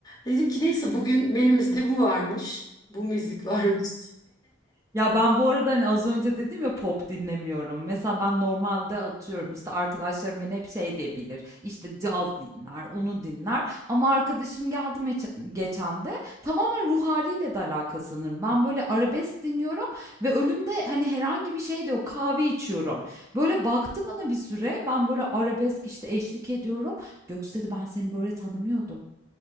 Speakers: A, on the left; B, on the right.
A: Dedim ki neyse bugün menümüzde bu varmış. Bu müzik varmış.
B: Ya ben bu arada hani az önce dedim ya pop dinlemiyorum. Mesela ben normalde atıyorum işte arkadaşlarım beni hep şey diyebilir. İşte caz dinler, onu dinler. Ama arkadaşım geldi meç- geçen de tamamen ruh haliyle de alakalı sanırım. Ben böyle arabesk dinliyorum ve önümde hani herhangi bir şey de yok. Kahve içiyorum. Böyle baktı bana bir süre. Ben böyle arabesk işte eşlik ediyorum. Göksu dedi ben seni böyle tanımıyordum.